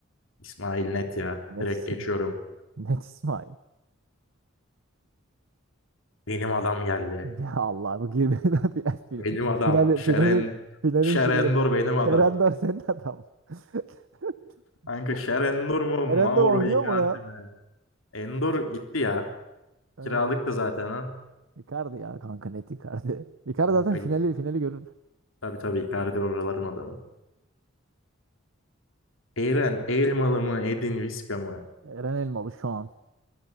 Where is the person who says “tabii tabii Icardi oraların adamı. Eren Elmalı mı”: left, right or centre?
Left